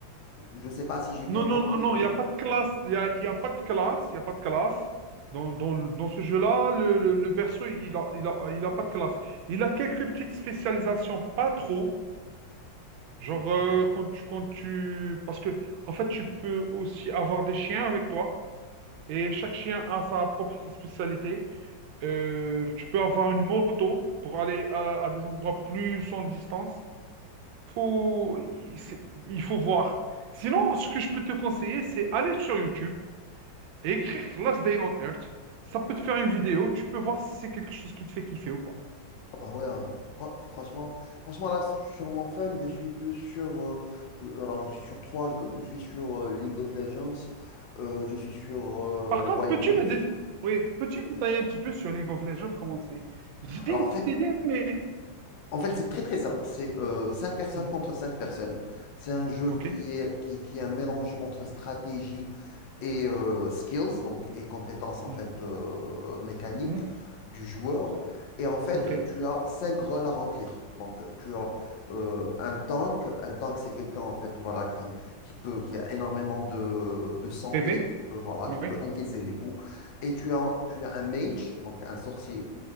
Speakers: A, on the left (about 75°); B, on the right (about 85°).
A: Je sais pas si j'ai bien
B: non,
A: compris
B: non, non,
A: le truc.
B: il n'y a pas de classe. Il n'y a, il y a pas de classe. Il y a pas de classe. Dans, dans- dans ce jeu-là, le, le- le perso, il a, il a- il a pas de classe. Il a quelques petites spécialisations, pas trop. Genre,
A: D'accord.
B: euh, quand tu, quand tu... Parce que, en fait, tu peux aussi avoir des chiens avec toi. Et chaque chien a sa propre spécialité. Euh, tu peux avoir une moto pour aller à, à des endroits plus en distance. faut, il c'est- il faut voir. Sinon, ce que je peux te conseiller, c'est aller sur YouTube et écrire Last Day on Earth. Ça peut te faire une vidéo, tu peux voir si c'est quelque chose qui te fait kiffer ou pas.
A: Bah ouais, hein, fr- franchement, franchement là, sur mon fun, je suis plus sur... euh, je- alors, je suis sur trois jeux. Je suis sur euh, League of Legends, euh, je suis sur euh,
B: Par contre,
A: Wild
B: peux-tu
A: Rift.
B: me, dé- oui, peux-tu me détailler un petit peu sur League of Legends, comment c'est? J'ai
A: Alors,
B: une
A: en fait,
B: petite idée, mais...
A: en fait c'est très très simple. C'est euh, cinq personnes
B: Mm.
A: contre cinq personnes. C'est un jeu
B: Ok.
A: qui est, qui, qui est un mélange entre stratégie et euh, skills, donc et compétences en
B: Mm.
A: fait euh, mécaniques
B: Mhm.
A: du joueur. Et en fait,
B: Ok.
A: tu as cinq rôles à remplir. Donc, tu as euh, un tank. Un tank, c'est quelqu'un en fait, voilà, qui, qui peut, qui a énormément de, de santé,
B: PV?
A: qui peut, voilà, qui
B: Oui.
A: peut encaisser les coups. Et tu as, tu as un mage, donc un sorcier,